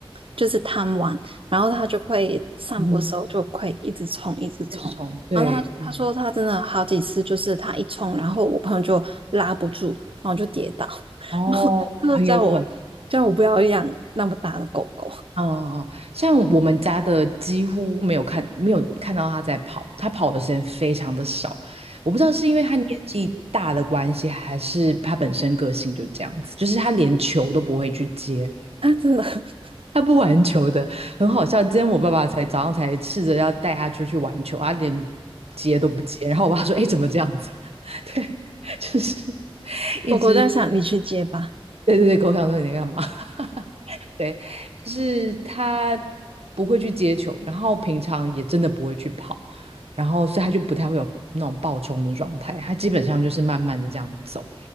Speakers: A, on the right (about 65°); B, on the right (about 85°).
A: 就是贪玩，然后他就会散步的时候就会一直冲一直冲，
B: 嗯，一直冲，对，
A: 然后他他说他真的好几次就是他一冲，
B: 嗯，
A: 然后我朋友就拉不住，然后就跌倒，<laughs>
B: 哦，
A: 然后他就叫我叫我不要养那么大的狗狗。
B: 很有可能，嗯嗯，嗯像我们家的几乎没有看，没有看到他在跑，他跑的时间非常的少，我不知道是因为他年纪大的关系，还是他本身个性就这样子，就是他连球都不会去接，
A: 啊，真的，<laughs>
B: 他不玩球的，很好笑。今天我爸爸才早上才试着要带他出去玩球，他连接都不接。然后我爸说：“哎，怎么这样子？” <laughs> 对，就是一只，
A: 狗狗在想你去接吧。
B: 对对对，狗想说你在干嘛？<laughs> 对，就是他不会去接球，然后平常也真的不会去跑，然后所以他就不太会有那种暴冲的状态，他基本上就是慢慢的这样走。